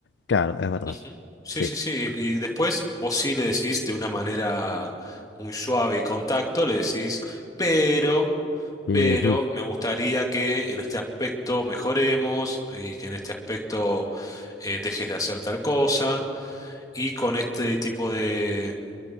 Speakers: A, on the left; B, on the left.
A: claro, es verdad.
B: Ujú. Sí,
A: Sí.
B: sí, sí. Y después vos sí le decís de una manera muy suave y con tacto, le decís, pero,
A: Ujú,
B: pero me gustaría que en este aspecto mejoremos y que en este aspecto eh, dejes de hacer tal cosa y con este tipo de,